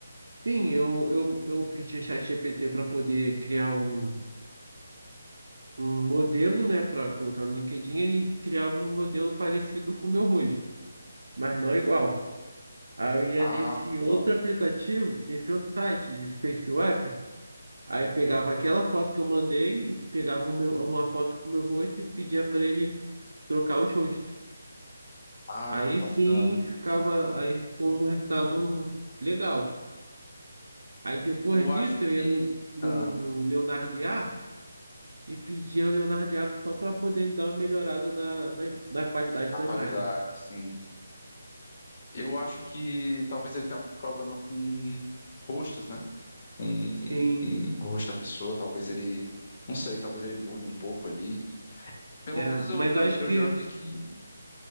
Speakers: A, on the right; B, on the left.
A: Sim, eu, eu, eu pedi o ChatGPT para poder criar um um modelo, né, para colocar no LinkedIn, ele criava um modelo parecido com o meu rosto, mas não igual. Aí eu ia
B: Ah,
A: nesse outro
B: tá.
A: aplicativo, nesse outro site de FaceApp, aí pegava aquela foto que eu mandei, e pegava o meu- uma foto com o meu rosto e pedia para ele trocar os rostos.
B: Ah,
A: Aí
B: é bacana.
A: sim ficava aí com um resultado legal. Aí depois
B: Eu
A: disso
B: acho
A: eu
B: que.
A: ia no, no
B: Ah,
A: Leonardo IA e pedia ao Leonardo IA só para poder dar uma melhorada na, na, im- na qualidade
B: da
A: da
B: qualidade,
A: imagem.
B: sim. Eu acho que talvez ele tenha algum problema com rostos, né? Com,
A: Sim,
B: com o rosto da pessoa, talvez ele. Não sei, talvez ele bugue um pouco ali. Pelo
A: é,
B: menos
A: mas
B: eu, eu,
A: eu acho
B: eu
A: que
B: já vi que